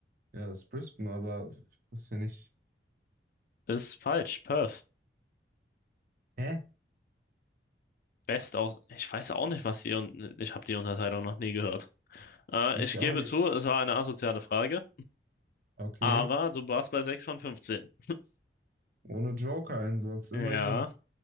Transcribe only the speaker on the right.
Ja, das ist Brisbane, aber ich wusste ja nicht.
Hä?
Ich
auch nicht.
Okay.
Ohne Joker-Einsatz,
immerhin.